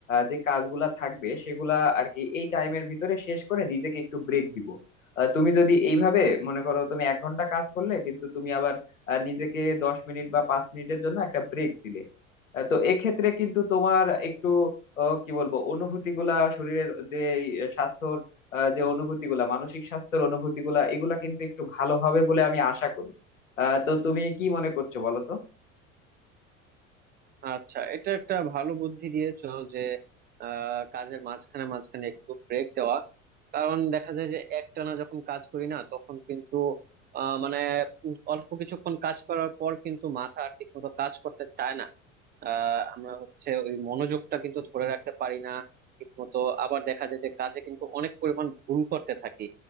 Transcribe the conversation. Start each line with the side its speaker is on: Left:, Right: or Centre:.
Left: যে কাজগুলা থাকবে সেগুলা আর কি এই টাইমের ভিতরে শেষ করে নিজেকে একটু ব্রেক দিব আহ, তুমি যদি এইভাবে মনে করো তুমি এক ঘন্টা কাজ করলে কিন্তু তুমি আবার আহ, নিজেকে দশ মিনিট বা পাঁচ মিনিটের জন্য একটা ব্রেক দিলে আহ, তো এক্ষেত্রে কিন্তু তোমার একটু আহ, কি বলবো অনুভূতি গুলা শরীরের যে এই স্বাস্থ্যর আহ, যে অনুভূতি গুলা মানসিক স্বাস্থ্যের অনুভূতি গুলা এগুলা কিন্তু একটু ভালো হবে বলে আমি আশা করি আহ তো তুমি কি মনে করছো বলো তো
Right: আচ্ছা এটা একটা ভালো বুদ্ধি দিয়েছো যে আহ, কাজের মাঝখানে মাঝখানে একটু ব্রেক দেওয়া কারণ দেখা যায় যে একটানা যখন কাজ করি না তখন কিন্তু আহ, মানে অল্প কিছুক্ষণ কাজ করার পর কিন্তু মাথা আর ঠিক মতো কাজ করতে চায় না আহ, আমরা হচ্ছে ওই মনোযোগটা কিন্তু ধরে রাখতে পারি না ঠিক মতো আবার দেখা যায় যে কাজে কিন্তু অনেক পরিমাণ ভুল করতে থাকি